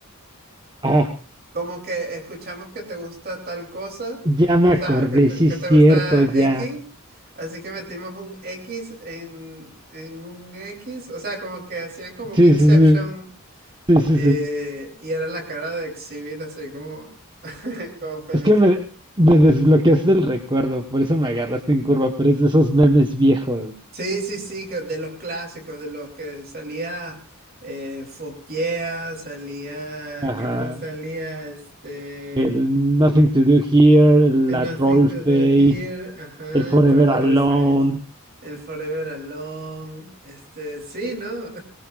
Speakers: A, on the right; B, on the right.
A: Ah,
B: como que escuchamos que te gusta tal cosa, o
A: ya me acordé,
B: sea, que te,
A: sí
B: que
A: es
B: te
A: cierto,
B: gusta
A: ya.
B: X, así que metimos un X en, en un X, o sea, como que hacían como un
A: Sí,
B: Inception
A: sí, sí. Sí, sí,
B: eh,
A: sí.
B: y era la cara de Exhibit así como, <laughs> como feliz.
A: Es que me, me desbloqueaste el recuerdo, por eso me agarraste en curva, pero es de esos memes viejos.
B: Sí, sí, sí, que- de los clásicos, de los que salía eh, Foggia, salía,
A: Ajá.
B: ¿qué más salía? Este,
A: El Nothing to Do Here, la
B: And Nothing
A: Troll
B: to
A: Face,
B: Do Here, ajá,
A: el Forever
B: Trollface,
A: Alone.
B: El Forever Alone, este, sí, ¿no?